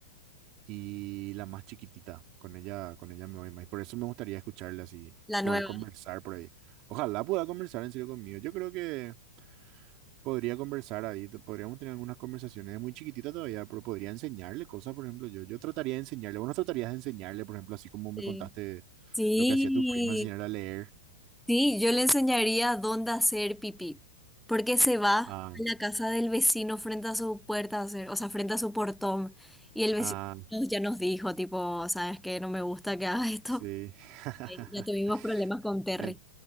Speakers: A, on the right; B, in the centre.
A: y la más chiquitita. Con ella, con ella me voy más. Por eso me gustaría escucharla así,
B: La
A: poder
B: nueva.
A: conversar por ahí. Ojalá pueda conversar en serio conmigo. Yo creo que podría conversar ahí, te- podríamos tener algunas conversaciones Es muy chiquitita todavía, pero podría enseñarle cosas, por ejemplo, yo, yo trataría de enseñarle, vos no tratarías de enseñarle, por ejemplo, así como me
B: Sí.
A: contaste
B: Sí.
A: lo que hacía tu prima, enseñarle a leer.
B: Sí, yo le enseñaría dónde hacer pipí, porque se va a
A: Ah,
B: la casa del vecino frente a su puerta a hacer, o sea, frente a su portón, y el vecino
A: ah,
B: nos- ya nos dijo, tipo, sabes que no me gusta que hagas esto.
A: sí.
B: <laughs>
A: <laughs>
B: Eh, Ya tuvimos problemas con Terry.
A: En-